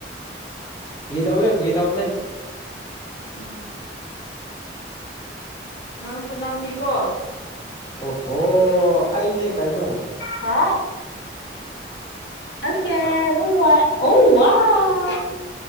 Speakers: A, on the left; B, on the left.
A: ꯐꯥꯒꯤ ꯇꯧꯕꯅꯦ ꯐꯥꯒꯤ ꯇꯧꯕꯅꯦ
B: ꯎꯝ ꯅꯪꯁꯨ ꯅꯪꯅꯤꯀꯣ
A: ꯑꯣꯍꯣ ꯑꯩꯅꯦ ꯀꯩꯅꯣ
B: ꯍꯥ ꯑꯣꯀꯦ <unintelligible> ꯎ ꯋꯥꯎ